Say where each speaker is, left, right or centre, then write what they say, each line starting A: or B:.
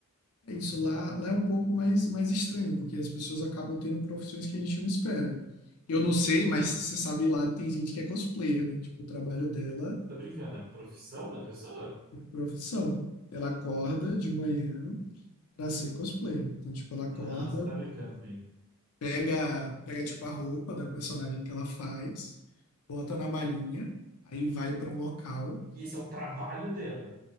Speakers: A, on the left; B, on the right.
A: É isso, lá, lá é um pouco mais, mais estranho, porque as pessoas acabam tendo profissões que a gente não espera. Eu não sei, mas você sabe lá, tem gente que é cosplayer, né? Tipo, o trabalho dela
B: Você tá brincando? É a profissão da pessoa?
A: é profissão. Ela acorda de manhã pra ser cosplayer. Então, tipo, ela acorda,
B: Não, você tá brincando comigo.
A: pega, pega tipo, a roupa da personagem que ela faz, bota na malinha, aí vai pra um local
B: E esse é o trabalho dela?